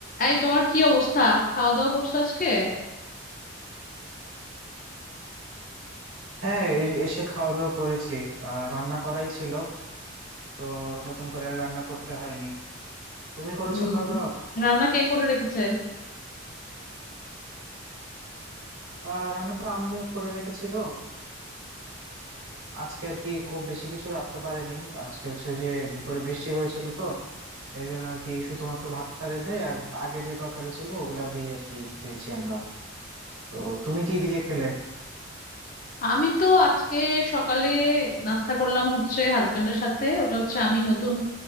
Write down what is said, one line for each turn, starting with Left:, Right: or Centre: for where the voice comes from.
Left: এই তোমার কি অবস্থা খাওয়া দাওয়া করছো আজকে
Right: হ্যাঁ এই এসে খাওয়া দাওয়া করেছি আহ রান্না করাই ছিল তো নতুন করে আর রান্না করতে হয়নি তুমি করেছো
Left: হুম
Right: খাওয়া দাওয়া
Left: রান্না কে করে রেখেছে
Right: আহ রান্না তো আম্মু করে রেখেছিল আজকে আর কি খুব বেশি কিছু রাখতে পারেনি আজকে হচ্ছে ওই যে দুপুরে বৃষ্টি হয়েছিল তো এই জন্য আর কি শুধুমাত্র ভাতটা রেঁধে আর আগে যে তরকারি ছিল ওগুলা দিয়ে আর কি খেয়েছি আমরা তো তুমি কি দিয়ে খেলে
Left: আমি তো আজকে সকালে নাস্তা করলাম হচ্ছে হাজবেন্ডের সাথে ওটা হচ্ছে আমি নতুন